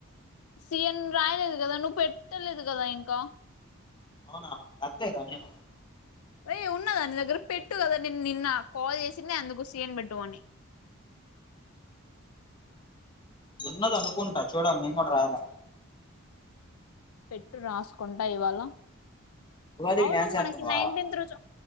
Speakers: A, on the left (about 80°); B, on the left (about 20°).
A: సీఎన్ రాయలేదు కదా నువ్వు పెట్టలేదు కదా ఇంకా
B: అవునా అంతే కదే
A: అయ ఉన్నదా ని దగ్గర పెట్టు కదా నేను నిన్న కాల్ చేసి నే అందుకు సీయన్ పెట్టమని
B: ఉన్నది అనుకోంట చూడలీ నేను కూడా రాయాల
A: పెట్టు రాసుకుంటా ఇవాళ
B: ఉగాదికి
A: అవును
B: డ్యాన్స్ వేస్తున్నావా
A: మనకి నైన్టీెన్త్ రోజు